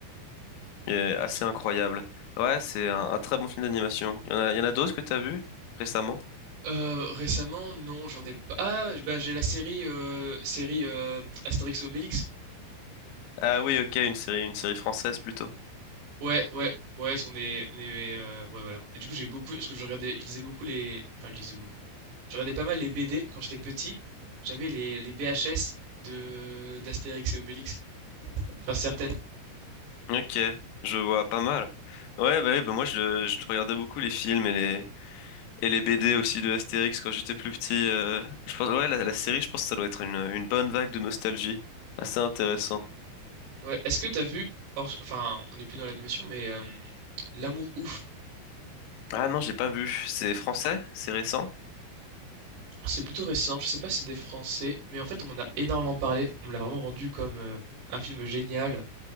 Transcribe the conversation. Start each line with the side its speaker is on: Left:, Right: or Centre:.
Left: et assez incroyable. Ouais, c'est un, un très bon film d'animation. Il y en a, il y en a d'autres que t'as vu récemment?
Right: Heu, récemment, non, j'en ai pas ah, bah, j'ai la série, heu, série, heu, Astérix et Obélix.
Left: Ah oui, ok, une série, une série française plutôt.
Right: Ouais, ouais, ouais, si on est on est, heu, ouais, voilà et du coup, j'ai beaucoup parce que je regardais je lisais beaucoup les enfin, je lisais beaucoup. Je regardais pas mal les BD quand j'étais petit. J'avais les les VHS de d'Astérix et Obélix, enfin certaines.
Left: Ok, je vois pas mal. Ouais, bah, oui, bah moi je, je regardais beaucoup les films et les, Et les BD aussi de Astérix quand j'étais plus petit. euh, Je pense, ouais, la, la série, je pense que ça doit être une, une bonne vague de nostalgie. Assez intéressant.
Right: Ouais. Est-ce que t'as vu, hors- enfin, on n'est plus dans l'animation, mais euh, L'amour ouf,
Left: Ah non, j'ai pas vu. C'est français? C'est récent?
Right: c'est plutôt récent. Je sais pas si c'est des Français, mais en fait, on en a énormément parlé. On me l'a vraiment vendu comme euh, un film génial,